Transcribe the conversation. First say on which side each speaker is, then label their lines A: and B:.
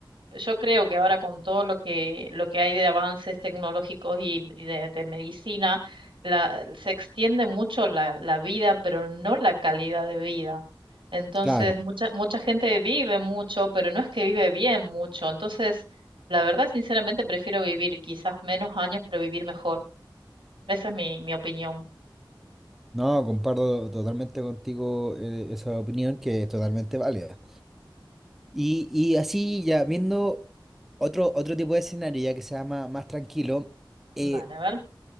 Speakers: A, on the right (about 80°); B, in the centre.
A: yo creo que ahora con todo lo que, lo que hay de avances tecnológicos y, y de, de medicina, la, se extiende mucho la, la vida, pero no la calidad de vida. Entonces,
B: Claro,
A: mucha, mucha gente vive mucho, pero no es que vive bien mucho. Entonces, la verdad, sinceramente, prefiero vivir quizás menos años, pero vivir mejor. Esa es mi, mi opinión.
B: no, comparto totalmente contigo eh, esa opinión que es totalmente válida. Y, y así ya viendo otro, otro tipo de escenario ya que sea más, más tranquilo, eh,
A: Dale, a ver.